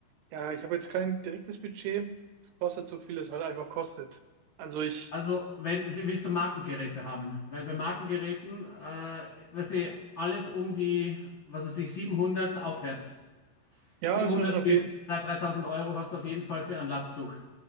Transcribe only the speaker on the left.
Also, wenn, w- willst du Markengeräte haben? Weil bei Markengeräten, äh, weißt du, alles um die, was weiß ich, 700 aufwärts.
700
bis
2.000, 3.000 Euro hast du auf jeden Fall für einen Latzug.